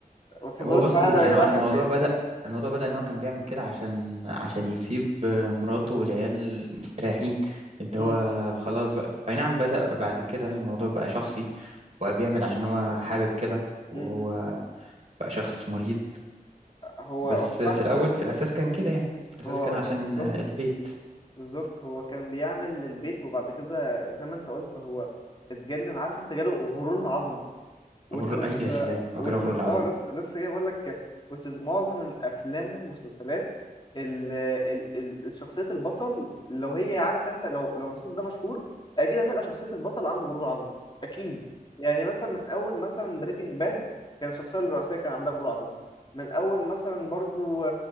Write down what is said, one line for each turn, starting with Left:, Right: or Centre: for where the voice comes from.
Left: ما تهزروش
Right: هو اصلا
Left: معانا
Right: بد- يعني
Left: يا
Right: هو
Left: جدعان
Right: الموضوع بدأ الموضوع بدأ ان هو كان بيعمل كده عشان عشان يسيب آه، مراته والعيال مستريحين
Left: <laughs>
Right: اللي هو
Left: مم.
Right: خلاص بقى اي نعم بدأ بعد كده الموضوع بقى شخصي وبقى بيعمل عشان هو حابب كده وهو
Left: مم. مم.
Right: بقى شخص مريض
Left: هو
Right: بس
Left: هو
Right: في
Left: فعلا
Right: الاول
Left: ال-
Right: في الاساس كان كده يعني في الاساس
Left: هو
Right: كان عشان
Left: بالظبط
Right: آه، البيت
Left: بالظبط هو كان بيعمل للبيت وبعد كده زي ما انت قلت هو اتجنن عارف انت جاله غرور العظمه which
Right: غرور
Left: is
Right: اي يا
Left: uh,
Right: سلام وجرى
Left: which
Right: غرور
Left: is
Right: العظمه
Left: اه لسه لسه جاي بقول لك which is معظم الافلام والمسلسلات ال ال ال شخصية البطل لو هي عارف انت لو لو المسلسل ده مشهور اكيد هتلقى شخصية البطل عنده غرور عظمة اكيد يعني مثلا من اول مثلا بريكنج باد كان الشخصية الرئيسية كان عندها غرور عظمة من اول مثلا برضو